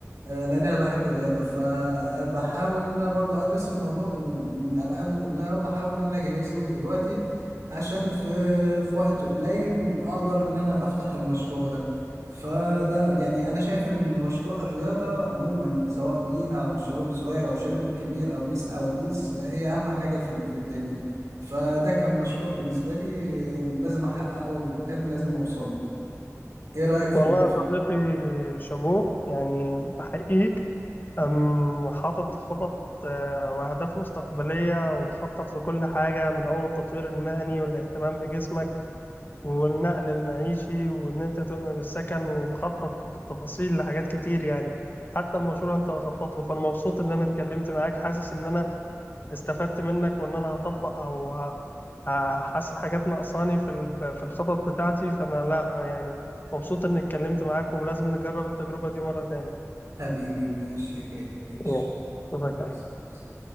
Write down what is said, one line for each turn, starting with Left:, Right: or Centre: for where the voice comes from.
Right: آه، لان انا بحب الرياضه فبحاول ان انا برضو ادرس الموضوع من من ابعاده كلها وبحاول ان انا اجهز له من دلوقتي عشان في في وقت قليل اقدر ان انا افتح المشروع ده فده يعني انا شايف ان مشروع الرياضه عموما سواء لينا او الشباب الصغير او الشباب الكبير او الناس العواجيز آه، هي اهم حاجه في في الدنيا فده كان مشروع بالنسبه لي لازم احققه وحلم لازم اوصله ايه رايك في
Left: والله يا
Right: في
Left: صديقي شابوه يعني بحقيقك أم حاطط خطط آه، وأهداف مستقبلية ومخطط لكل حاجة من أول التطوير المهني والاهتمام بجسمك والنقل المعيشي وإن أنت تنقل السكن ومخطط بالتفاصيل لحاجات كتير يعني حتى المشروع أنت مخطط له فأنا مبسوط إن أنا اتكلمت معاك حاسس إن أنا استفدت منك وإن أنا هطبق أو ه- ه- حاسس حاجات ناقصاني في ال- في الخطط بتاعتي فأنا لأ يعني مبسوط إني اتكلمت معاك ولازم نجرب التجربة دي مرة تاني.
Right: حبيبي ماشي يا غالي ماشي
Left: Yeah.
Right: يلا
Left: شوفك
Right: سلام.